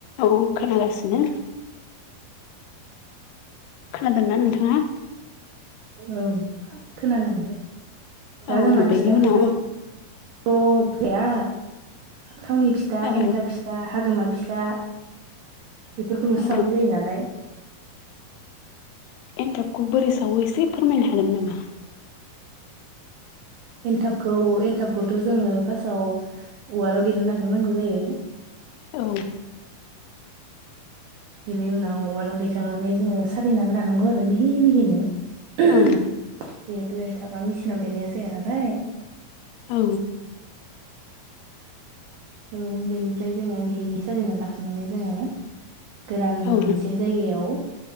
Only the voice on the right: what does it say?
औ खोनादोंं दा
जोंना
फिथाखौथ'
अ भया थावनि फिथा
एन्थाब फिथा हागोमा फिथा बेफोरखौल'सो
सावनाय जायो नालाय
एनथाबखौ एनथाबखौथ' जोङो फार्स्टआव उवालाव देना लाग्रोनांगौ जायो
बिनि उनाव उवालाव दैेखांनानै जोङो सालिनानै लानांगौ आरो मिहि मिहिनो जिहेथु
एन्थाबा मेचिनाव देनाया जाया नालाय
औ बेनिफ्राय जोङो मिहिमिहि साजलिना लाखांनानै जोङो गोरान
मोनसे जायगायाव